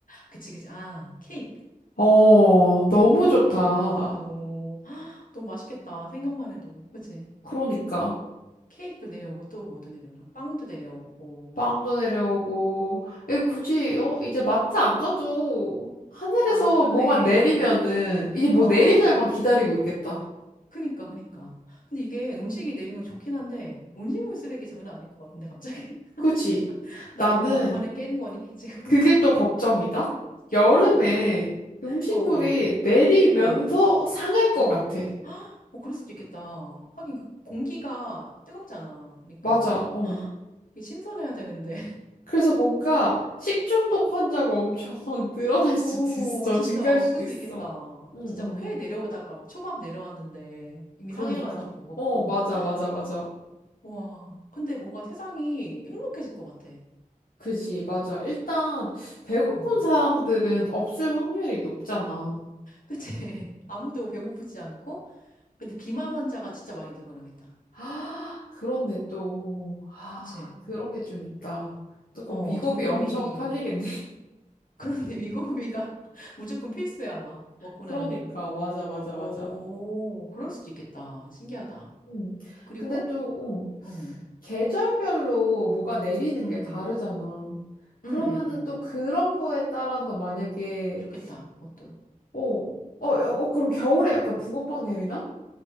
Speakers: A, on the left; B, on the left.
A: 그치, 그치. 아, 케이크.
B: 어, 너무
A: 케이크도
B: 좋다.
A: 내려오고. 헉, 너무 맛있겠다. 생각만 해도. 그치?
B: 그러니까.
A: 케이크도 내려오고, 또 뭐도 내려오나? 빵도 내려오고.
B: 빵도 내려오고. 에 굳이, 어, 이제 마트 안 가도 하늘에서
A: 아, 그렇네.
B: 뭐만 내리면은 이제 뭐
A: 와.
B: 내릴 날만 기다리고 있겠다.
A: 그니까, 그니까. 근데 이게 음식이 내리면 좋긴 한데, 음식물 쓰레기 장난 아닐 것 같은데, 갑자기? <laughs>
B: 그치?
A: 나
B: 나는
A: 너무 낭만을 깨는 거니? 지금
B: 그게 또 걱정이다.
A: <laughs>
B: 여름에
A: 어떤 거? <laughs>
B: 음식물이
A: 어, 어,
B: 내리면서
A: 어,
B: 상할 것
A: 어.
B: 같아.
A: 어, 그럴 수도 있겠다. 하긴 그 공기가 뜨겁잖아. 그러니까.
B: 맞아, 어.
A: 이게 신선해야 되는데.
B: 그래서 뭔가 식중독 환자가 엄청 <laughs> 늘어날
A: <laughs>
B: 수도
A: 오,
B: 있어.
A: 진짜,
B: 증가할 수도
A: 그럴
B: 있어.
A: 수 있겠다.
B: 응,
A: 진짜
B: 응.
A: 막 회 내려오다가 막 초밥 내려왔는데, 이미
B: 그러니까.
A: 상해가지고 먹고.
B: 어, 맞아,
A: <gasps>
B: 맞아, 맞아.
A: 와, 근데 뭔가 세상이 행복해질 것 같아.
B: 그지, 맞아. 일단, 배고픈
A: 어.
B: 사람들은 없을 확률이 높잖아.
A: 그치? <laughs> 아무도 배고프지 않고. 근데 비만 환자가 진짜 많이 늘어나겠다.
B: 아, 그렇네, 또. 아,
A: 그치?
B: 그런 게 좀 있다. 또 그럼
A: 어,
B: 위고비
A: 전 국민이.
B: 엄청 팔리겠네.
A: <laughs> 그런데 미고비가 <laughs> 무조건 필수야, 아마. 먹고
B: 그러니까
A: 나면은.
B: 맞아 맞아
A: 오,
B: 맞아.
A: 그럴 수도 있겠다. 신기하다.
B: 음.
A: 그리고,
B: 근데 또, 어,
A: 음,
B: 계절별로 뭐가 내리는
A: 음,
B: 게 다르잖아. 그러면은
A: 음, 음, 음.
B: 또 그런 거에 따라서 만약에,
A: 좋겠다, 그것도.
B: 어, 어, 야, 어, 그럼 겨울에 약간 붕어빵 내리나?